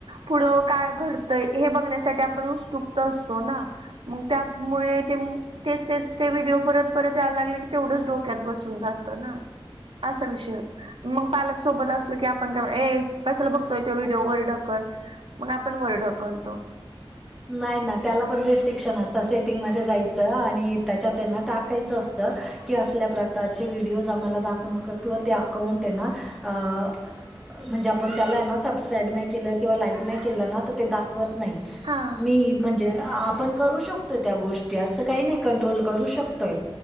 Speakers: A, on the right (about 70°); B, in the centre.
A: पुढं काय घडतय हे बघण्यासाठी आपण उत्सुकत असतो ना मग त्या मुळे ते मुग तेच तेच ते व्हिडिओ परत परत यायला लागले की तेवढंच डोक्यात बसून जातं ना असा विषय होत मग पालकसोबत असल की आपण का ए कशाला बघतोय तो व्हिडिओ वर ढकल मग आपण वर ढकल तो
B: नाही ना त्याला पण रेस्ट्रिक्शन असत सेटिंगमध्ये जायचं आणि त्याच्यात है ना टाक तेच असतं की असल्या प्रकारचे व्हिडिओज आम्हाला दाखवू नका किंवा ते अकाउंट आहे ना अं म्हणजे आपण त्याला आहे ना सबस्क्राईब नाही केलं किंवा लाईक नाही केलं ना तर ते दाखवत नाही
A: हा
B: मी म्हणजे आपण करू शंकतोय त्या गोष्टी असं काही नाही कंट्रोल करू शंकतोय